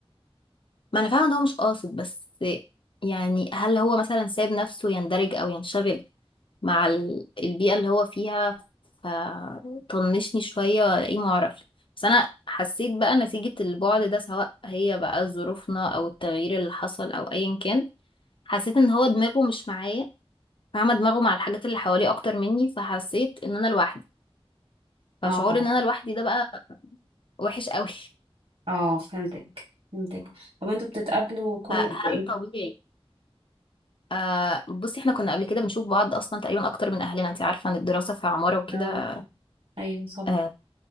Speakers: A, on the left; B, on the right.
A: ما انا فاهمة ان هو مش قاصد بس يعني هل هو مثلا ساب نفسه يندرج او ينشغل مع ال- البيئة اللي هو فيها فطنشني شوية ولا ايه معرفش بس انا حسيت بقى نتيجة البعد ده سواء هي بقى ظروفنا او التغيير اللي حصل او ايا كان حسيت ان هو دماغه مش معايا فاهمة دماغه مع الحاجات اللي حواليه اكتر مني فحسيت ان انا لوحدي
B: اه
A: فشعور ان انا لوحدي ده بقى وحش قوي
B: اه فهمتك فهمتك طب انتوا بتتقابلوا كل
A: <laughs> فهل
B: قد ايه؟
A: طبيعي آه بصي احنا كنا قبل كده بنشوف بعض اصلا تقريبا اكتر من اهلنا انت عارفة ان الدراسة في عمارة وكده
B: اه ايوه طبعا
A: آه،